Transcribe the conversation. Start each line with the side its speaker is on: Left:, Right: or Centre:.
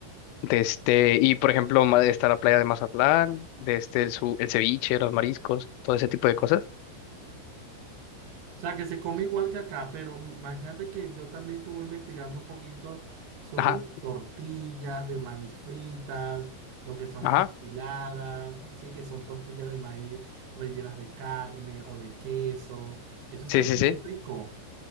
Left: De este, y por ejemplo, ma- está la playa de Mazatlán, de este, el, su- el ceviche, los mariscos, todo ese tipo de cosas.
Right: O sea, que se come igual que acá, pero imagínate que yo también estuve investigando un poquito sobre
Left: Ajá,
Right: tortillas de maíz fritas, lo que son
Left: ajá.
Right: las enchiladas, así que son tortillas de maíz rellenas de carne o de queso. Eso se
Left: Sí,
Right: ve
Left: sí,
Right: muy
Left: sí.
Right: rico.